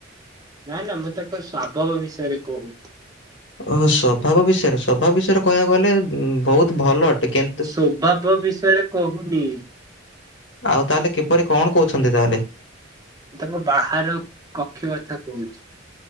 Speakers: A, on the right; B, on the left.
A: ନା ନା ମୁଁ ତାଙ୍କ ସ୍ଵଭାବ ବିଷୟରେ କହୁ
B: ଓହୋ ସ୍ୱଭାବ ବିଷୟରେ ସ୍ୱଭାବ ବିଷୟରେ କହିବାକୁ ଗଲେ ଉଁ ବହୁତ ଭଲ ଅଟେ କିନ୍ତୁ
A: ସ୍ୱଭାବ ବିଷୟରେ କହୁନି
B: ଆଉ ତାହେଲେ କିପରି କଣ କହୁଛନ୍ତି ତାହେଲେ?
A: ମୁଁ ତାଙ୍କ ବାହାର କକ୍ଷ କଥା କହୁଚି।